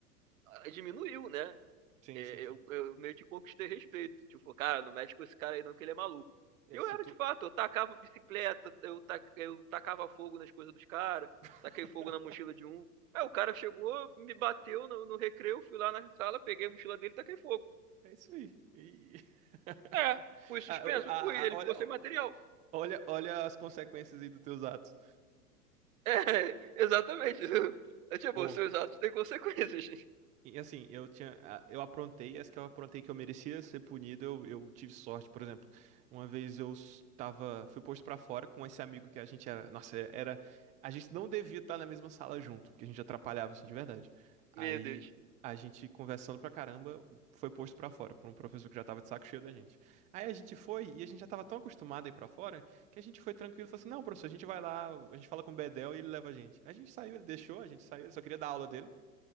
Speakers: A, on the right; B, on the right.
A: ah, diminuiu, né?
B: Sim,
A: É,
B: sim,
A: Eu,
B: sim.
A: eu meio que conquistei respeito. Tipo, cara, não mexe com esse cara aí não, que ele é maluco.
B: É,
A: E eu
B: se
A: era
B: tu...
A: de fato, eu tacava bicicleta, eu, tac, eu tacava fogo nas coisas dos caras,
B: <laughs>
A: taquei fogo na mochila de um. Aí o cara chegou, me bateu no, no recreio, fui lá na sala, peguei a mochila dele e taquei fogo.
B: É isso aí. E- <laughs>
A: É, fui suspenso,
B: Ah, o- a-
A: fui, ele
B: a- olha,
A: ficou sem
B: o-
A: material.
B: olha, olha as consequências aí dos teus atos.
A: É, exatamente. É, tipo,
B: Pô.
A: seus atos têm consequências. <laughs>
B: E assim, eu tinha, a- eu aprontei, as que eu aprontei que eu merecia ser punido, eu, eu tive sorte, por exemplo. Uma vez eu s- tava, fui posto pra fora com esse amigo que a gente era, nossa, é, era, a gente não devia estar na mesma sala junto, porque a gente atrapalhava assim de verdade. Aí
A: Meu Deus.
B: a gente conversando pra caramba, foi posto pra fora por um professor que já tava de saco cheio da gente. Aí a gente foi e a gente já tava tão acostumado a ir pra fora que a gente foi tranquilo, falou assim: "Não, professor, a gente vai lá, a gente fala com o Bedel e ele leva a gente". A gente saiu, ele deixou, a gente saiu, ele só queria dar aula dele.